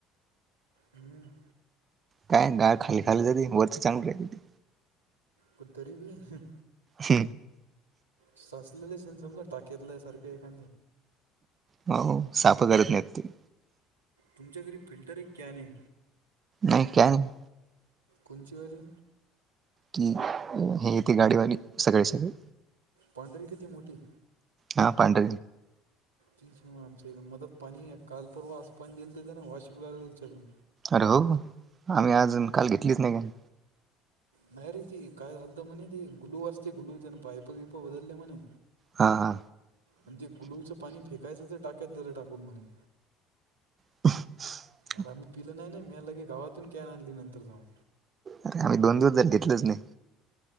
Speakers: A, on the right; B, on the right.
A: हम्म.
B: काय गाळ खाली खाली जाती वरचं चांगली राहिय.
A: पु तरी ब
B: श.
A: साचलेले सेन समला टाक्यातला सारखं एखा
B: हो साफ करत नाही ते
A: तुमच्या घरी फिल्टर एक कॅन आहे.
B: नाही क नाही.
A: कोच वरी
B: कि हेथे गाडीवाली सगळे सगळे.
A: पांढरी किती मोठी
B: हा पंड.
A: तीव आमच मदत पाणी कालपर्वा आज पाणी गईल त्याच्या ना वाशििक लाग जाल त्याच्यातून
B: अरे हो आम्ही अजून काल घेतलीच नाही का?
A: नाही रे ती काय घालत म्हणे ती ग्लू असते गुलू त्या पायप पिप बदलले म्हणे.
B: हा हा.
A: आणि ते गुलूचं पाणी फेकायचं तर टाकायच दलं टाकून म्हणे.
B: <unintelligible>
A: अर आम्ही पिलं नाही म्यालं के गावातून कॅन आणली नंतर जाऊन
B: अर आम्ही दोन दोन जज घेतलेच नाही.